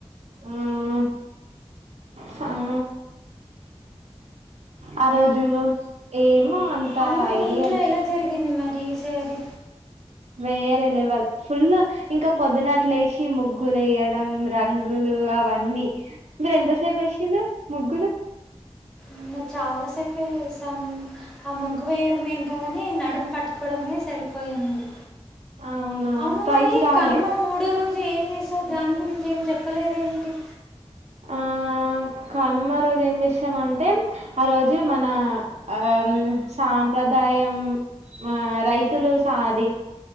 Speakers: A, on the right; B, in the centre.
A: ఆ సం ఆ రోజు ఏ మో అంతా
B: అవునా మీ
A: ఇ
B: ఇంట్లో ఎలా జరిగింది మరి ఈసారి
A: వేరే లెవల్ ఫుల్ ఇంకా పొద్దున్నట్లు లేసి ముగ్గులు వేయడం, రంగులు అవన్నీ మీరు ఎంతసేపు వేసిర్రు ముగ్గులు.
B: నిన్న చాలాసేపే ఏసాం ఆ ముగ్గు వేయడం ఏంటో కాని నడుం పట్టుకోవడమే సరిపోయింది.
A: అవునా
B: అవును
A: ప్రైజ్
B: మరి
A: రాలే
B: కనుమా మూడో రో జు ఏం జేసావ్ దాని గురించి ఏం జెప్పలేదు ఏంటి.
A: ఆ కనుమ రోజు ఏం చేస్తామంటే ఆ రోజు మన ఆ సాంప్రదాయం ఆ రైతులు అది